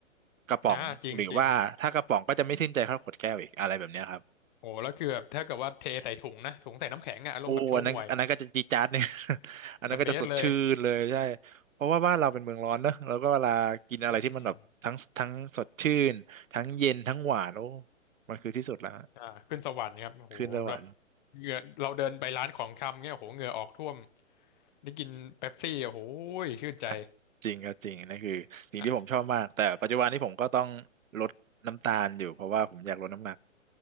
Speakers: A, on the right; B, on the left.
A: กระป๋องหรือว่าถ้ากระป๋องก็จะไม่ชื่นใจเท่าขวดแก้วอีกอะไรแบบเนี้ยครับ
B: อ่าจริงจริงโอ้แล้วคือแบบถ้าเกิดว่าเทใส่ถุงนะถุงใส่น้ำแข็งอะอารมณ์แบบโชห่วย
A: โอ้อันนั้นอันนั้นก็จะจี๊ดจ๊าดเนี่ย <laughs> อันนั้นก็จะสดชื่นเลยใช่
B: The best เลย
A: เพราะว่าบ้านเราเป็นเมืองร้อนเนอะแล้วก็เวลากินอะไรที่มันแบบทั้งทั้งสดชื่นทั้งเย็นทั้งหวานโอ้
B: อืมอืม
A: มันคือที่สุดแล้ว
B: อ่าขึ้นสวรรค์ครับโอ้โหแบบ
A: ขึ้นสวรรค์
B: เหงื่อเราเดินไปร้านของชำเนี่ยโอ้โหเหงื่อออกท่วมได้กินเป๊ปซี่โอ้โหชื่นใจ
A: <laughs> ฮะจริงครับจริงนั่นคือสิ่งที่ผมชอบมากแต่ปัจจุบันนี้ผมก็ต้อง
B: อ่ะ
A: ลดน้ำตาลอยู่เพราะว่าผมอยากลดน้ำหนัก